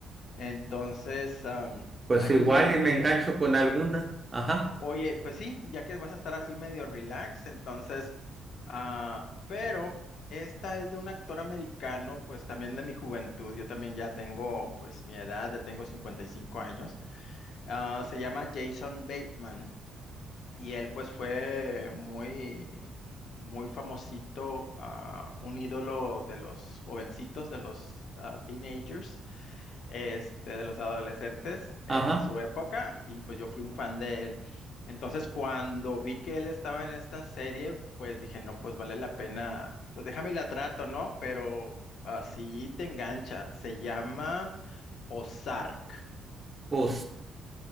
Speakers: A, on the left (about 70°); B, on the right (about 25°).
A: Entonces, am,
B: Pues
A: hay
B: igual
A: una que
B: y me engancho con alguna. Ajá,
A: Oye, pues sí, ya que vas a estar así medio relax, entonces, ah, pero esta es de un actor americano, pues también de mi juventud, yo también ya tengo pues mi edad, ya tengo cincuenta y cinco años, Ah, se llama Jason Bateman. Y él pues fue muy, muy famosito, ah, un ídolo de los jovencitos, de los ah, teenagers, este, de los adolescentes
B: ajá.
A: en su época, y pues yo fui un fan de él. Entonces cuando vi que él estaba en esta serie, pues dije, no, pues vale la pena, pues déjame y la trato, ¿no? Pero así te engancha, se llama Ozark,
B: O